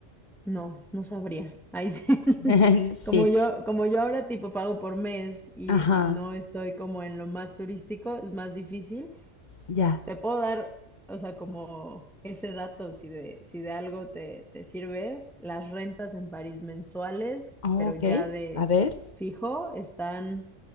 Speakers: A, in the centre; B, on the left (about 40°).
A: no, no sabría. Ahí sí. <laughs>
B: <laughs>
A: Como
B: Sí,
A: yo, como yo ahora tipo pago por mes y,
B: ajá,
A: y no estoy como en lo más turístico, es más difícil,
B: ya.
A: te puedo dar, o sea, como ese dato, si de, si de algo te, te sirve, las rentas en París mensuales,
B: Oh,
A: pero
B: ok,
A: ya de
B: a ver.
A: fijo, están,